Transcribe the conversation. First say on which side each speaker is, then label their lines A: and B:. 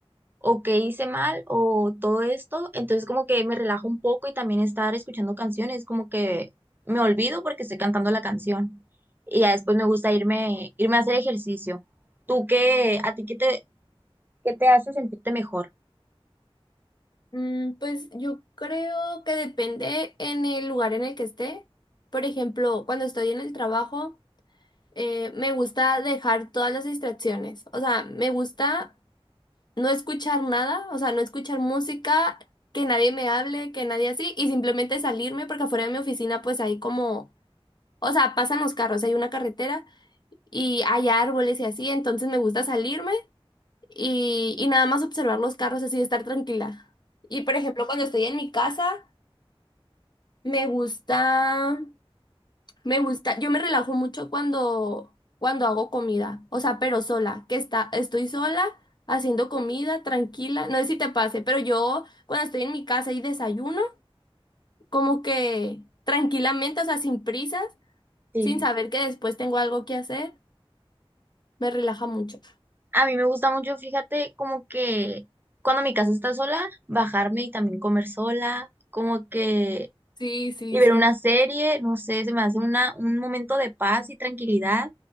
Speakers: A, on the right; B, on the left.
A: o qué hice mal o todo esto, entonces como que me relajo un poco y también estar escuchando canciones, como que me olvido porque estoy cantando la canción y ya después me gusta irme, irme a hacer ejercicio. ¿Tú qué, a ti qué te, qué te hace sentirte mejor?
B: Mm, pues yo creo que depende en el lugar en el que esté. Por ejemplo, cuando estoy en el trabajo, eh, me gusta dejar todas las distracciones. O sea, me gusta no escuchar nada, o sea, no escuchar música, que nadie me hable, que nadie así, y simplemente salirme porque afuera de mi oficina pues hay como, o sea, pasan los carros, hay una carretera y hay árboles y así, entonces me gusta salirme y, y nada más observar los carros así, estar tranquila. Y por ejemplo, cuando estoy en mi casa, me gusta... Me gusta, yo me relajo mucho cuando, cuando hago comida, o sea, pero sola, que está, estoy sola haciendo comida, tranquila, no sé si te pase, pero yo cuando estoy en mi casa y desayuno, como que tranquilamente, o sea, sin prisas,
A: Sí,
B: sin saber que después tengo algo que hacer, me relaja mucho.
A: a mí me gusta mucho, fíjate, como que cuando mi casa está sola, bajarme y también comer sola, como que...
B: Sí, sí,
A: Y ver
B: sí.
A: una serie, no sé, se me hace una, un momento de paz y tranquilidad